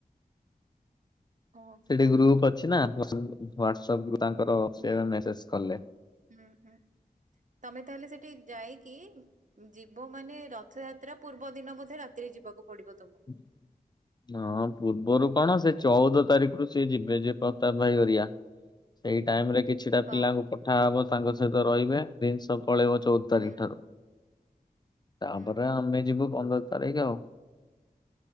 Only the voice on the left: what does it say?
ସେଠି ଗ୍ରୁପ ଅଛି ନା ହ୍ୱାଟ୍ସଅପ୍ ତାଙ୍କର ସେବେ
ମେସେଜ କଲେ
ହୁଁ <unintelligible> ହଁ ପୂର୍ବରୁ କଣ ସେ ଚଉଦ ତାରିଖରୁ ସିଏ ଯିବେ, ଯେ ପ୍ରତାପ ଭାଇ ଘରିକା। ସେଇ ଟାଇମ୍ ରେ କିଛିଟା
ପିଲାଙ୍କୁ ପଠାହବ। ତାଙ୍କ ସହିତ ରହିବେ, ଜିନିଷ ପଳେଇବ ଚଉଦ ତାରିଖ
ଠାରୁ। ତାପରେ
ଆମେ ଯିବୁ ପନ୍ଦର ତାରିଖ ଆଉ।